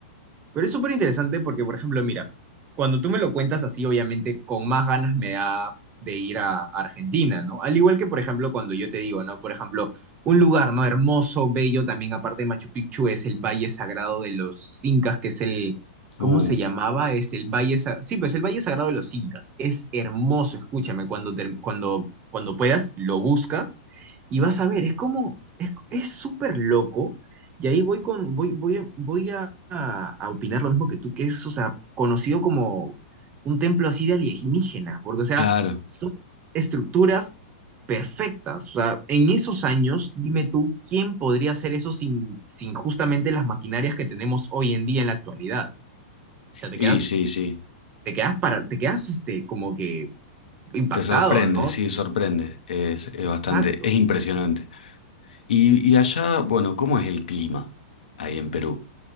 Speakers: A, on the right; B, on the left.
A: Pero es súper interesante porque, por ejemplo, mira, cuando tú me lo cuentas así, obviamente con más ganas me da de ir a Argentina, ¿no? Al igual que, por ejemplo, cuando yo te digo, ¿no? Por ejemplo, un lugar, ¿no? Hermoso, bello, también aparte de Machu Picchu, es el Valle Sagrado de los Incas, que es el, ¿cómo
B: Uh,
A: se llamaba? Es el Valle, Sa- sí, pues el Valle Sagrado de los Incas. Es hermoso, escúchame, cuando, te- cuando, cuando puedas, lo buscas y vas a ver, es como, es es súper loco y ahí voy con, voy, voy, a- voy a, a opinar lo mismo que tú, que es, o sea, conocido como un templo así de alienígenas, porque, o sea,
B: claro.
A: son estructuras perfectas. O sea, en esos años, dime tú, ¿quién podría hacer eso sin, sin justamente las maquinarias que tenemos hoy en día en la actualidad? O sea, te
B: Y
A: quedas,
B: sí, sí,
A: te quedas para, te quedas este, como que impactado,
B: te sorprende,
A: ¿no?
B: sí, sorprende. Es, es
A: Exacto.
B: bastante, es impresionante. Y, y allá, bueno, ¿cómo es el clima ahí en Perú?